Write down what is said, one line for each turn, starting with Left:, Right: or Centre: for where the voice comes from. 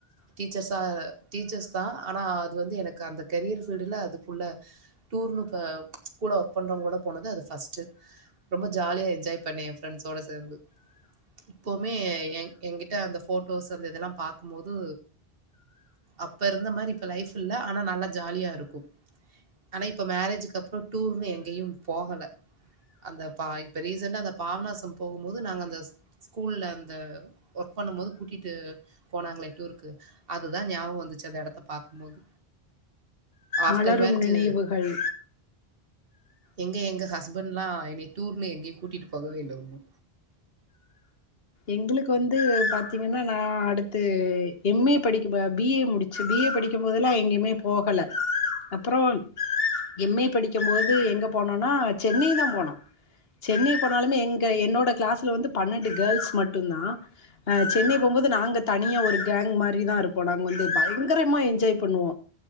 Right: டீச்சர்ஸா டீச்சர்ஸ் தான் ஆனா அது வந்து எனக்கு அந்த கெரியர் ஃபீல்டுல அதுக்குள்ள டூர்ன்னு ப கூட ஒர்க் பண்றவங்கலோட போனது அது ஃபர்ஸ்ட்டு ரொம்ப ஜாலியா என்ஜாய் பண்ணே ஏ ஃப்ரெண்ட்ஸோட சேந்து இப்பவுமே ஏங் எங்கிட்ட அந்த போட்டோஸ் அந்த இதெல்லா பாக்கும்போது அப்ப இருந்த மாரி இப்ப லைஃப் இல்ல ஆனா நல்லா ஜாலியா இருக்கு ஆனா இப்பொ மேரேஜுக்கு அப்றொ டூர்ன்னு எங்கேயு போகல அந்த பா இப்ப ரீசண்டா அந்த பாாவநாசம் போகும் போது நாங்க அந்த ஸ் ஸ்கூல்ல அந்த ஒர்க் பண்ணும் போது கூட்டிட்டு போனாங்ளே டூருக்கு அதுதா ஞாபகொ வந்துச்சு அந்த எடத்த பாக்கும்போது ஆஃப்டர்
Left: மலரும்
Right: மேரேஜ்
Left: நினைவுகள்
Right: எங்க எங்க ஹஸ்பண்ட்லா என்னைய டூர்னு எங்கேயு கூட்டிட்டு போகவே இல்லை ஒண்ணு
Left: எங்களுக்கு வந்து பாத்திங்கனா நா அடுத்து எம் ஏ படிக்க பி ஏ முடிச்சு பி ஏ படிக்கும்போதெல்லா எங்கேயுமே போகல அப்பறோ எம் ஏ படிக்கும்போது எங்க போனோன்னா சென்னை தா போனோ சென்னை போனாலுமே எங்க என்னோட கிளாஸ்ல் வந்து பன்னெண்டு கேர்ள்ஸ் மட்டுந்தா அ சென்னை போம்போது நாங்க தனியா ஒரு கேங் மாரிதா இருப்போ நாங்க வந்து பயங்கரமா என்ஜாய் பண்ணுவோ